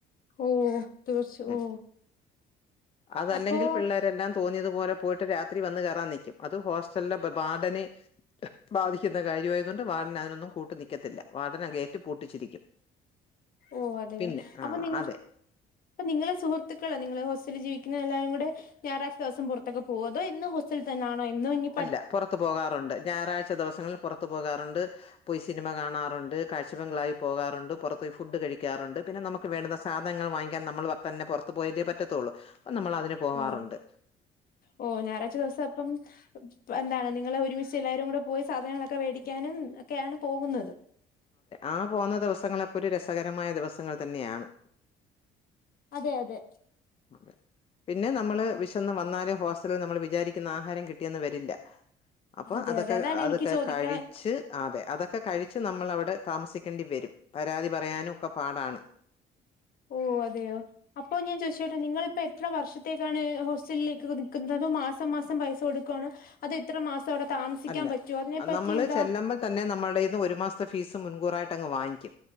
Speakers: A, on the left; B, on the left.
A: ഓ തീർച്ച
B: ഉം.
A: ഓ
B: അതല്ലെങ്കിൽ
A: അപ്പോ
B: പിള്ളേരെല്ലാം തോന്നിയതുപോലെ പോയിട്ട് രാത്രി വന്ന് കയറാൻ നിക്കും അത് ഹോസ്റ്റലില ബാർഡന് ബാധിക്കുന്ന കാര്യമായത കൊണ്ട് വാർഡനായിരുന്നു കൂട്ട് നിക്കത്തില്ല വാർഡന ഗേറ്റ് പൂട്ടിച്ചിരിക്കും
A: ഓ അതെയോ
B: പിന്നെ ആ
A: അപ്പൊ നിങ്ങ
B: അതെ
A: അപ്പൊ നിങ്ങളെ സുഹൃത്തുക്കളാ നിങ്ങളെ ഹോസ്റ്റലിൽ ജീവിക്കുന്ന എല്ലാരും കൂടെ ഞായറാഴ്ച ദിവസം പുറത്തക്ക പോവോ അതോഎന്നുംഹോസ്റ്റൽ തന്നാണോ ഇന്നും ഞ്ഞ
B: അല്ല പുറത്തു പോകാറുണ്ട് ഞായറാഴ്ച ദിവസങ്ങളിൽ പുറത്തു പോകാറുണ്ട് പോയി സിനിമ കാണാറുണ്ട് കാഴ്ചബംഗ്ലളാവിൽ പോകാറുണ്ട് പുറത്ത പോയി ഫുഡ് കഴിക്കാറുണ്ട് പിന്നെ നമുക്ക് ക്ക് വേണ്ടുന്ന സാധനൾ വാങ്ങിക്കാൻ നമ്മൾ തന്നെ പുറത്ത് പോയല്ലേപറ്റത്തുള്ളൂ അപ്പം നമ്മൾ അതിന് പോകാറുണ്ട്
A: ഓ ഓ ഞായറാഴ്ച ദിവസം അപ്പം എന്താണ് നിങ്ങളെ ഒരുമിച്ച് എല്ലാരും കൂടെ പോയി സാധനങ്ങളൊക്കെ മേടിക്കാനും ഒക്കെയാണ് പോകുന്നത്
B: ആ പോന്നദിവസങ്ങളൊക്കെ ഒരു രസകരമായ ദിവസങ്ങൾ തന്നെയാണ്
A: അതെ അതെ
B: അതെ പിന്നെ നമ്മള് വിശന്ന് വന്നാല് ഹോസ്റ്റലിൽ നമ്മൾ വിചാരിക്കുന്ന ആഹാരം കിട്ടിയെന്ന് വരില്ല അപ്പൊ
A: അതെ
B: അതൊക്കെ
A: അതെ അതാണ്
B: അതൊക്കെ
A: എനിക്ക് ചോദിക്കാൻ
B: കഴിച്ച് അതെ അതൊക്കെ കഴിച്ച് നമ്മൾ അവിടെ താമസിക്കേണ്ടി വരും പരാതി പറയാനും ഒക്കെ പാടാണ്
A: ഓഹ് അതെയോ അപ്പൊ ഞാൻ ചോയിച്ചോട്ടേ നിങ്ങളിപ്പോ എത്ര വർഷത്തേക്കാണ് ഹോസ്റ്റലിലേക്ക് ഒക്കെ നിൽക്കുന്നത് അതോ മാസം മാസം പൈസ കൊടുക്കുവാണോ അത് എത്ര മാസം അവിടെ താമസിക്കാൻ
B: അല്ല
A: പറ്റൊ അതിനെപ്പറ്റി
B: നമ്മള്
A: എന്താ
B: ചെല്ലുമ്പോൾ തന്നെ നമ്മുടെ കയ്യിന്ന് ഒരു മാസത്തെ ഫീസ് മുൻകൂറായിട്ട് അങ്ങ് വാങ്ങിക്കും.